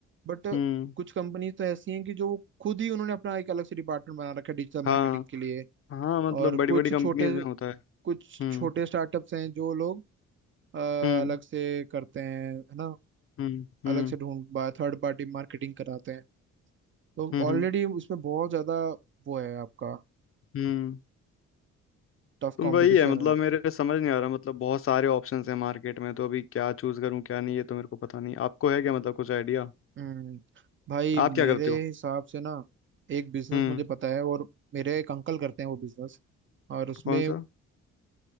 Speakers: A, on the right; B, on the left.
A: बट
B: हम्म
A: कुछ कंपनीज तो ऐसी हैं कि जो खुद ही उन्होंने अपना एक अलग से डिपार्टमेंट बना रखा है डिजिटल मार्केटिंग
B: हाँ
A: के लिए
B: हाँ मतलब
A: और
B: बड़ी
A: कुछ
B: बड़ी कंपनीज
A: छोटे
B: में होता है
A: कुछ
B: हम्म
A: छोटे स्टार्टअप्स हैं जो लोग अ,
B: हम्म
A: अलग से करते हैं है ना
B: हम्म हम्म
A: अलग से ढूंढ बा थर्ड पार्टी मार्केटिंग कराते हैं तो
B: हम्म
A: ऑलरेडी
B: हम्म
A: उसमें बहुत ज्यादा वो है आपका
B: हम्म।
A: टफ
B: तो
A: कंपटीशन
B: वही है मतलब
A: है
B: मेरे समझ नहीं आ रहा मतलब बहुत सारे ऑप्शंस हैं मार्केट में तो अभी क्या चूज करूं क्या नहीं ये तो मेरे को पता नहीं आपको है क्या मतलब कुछ आइडिया
A: हम्म भाई
B: आप
A: मेरे
B: क्या करते हो
A: हिसाब से ना एक बिजनेस
B: हम्म
A: मुझे पता है और मेरे एक अंकल करते हैं वो बिजनेस और उसमें
B: कौन सा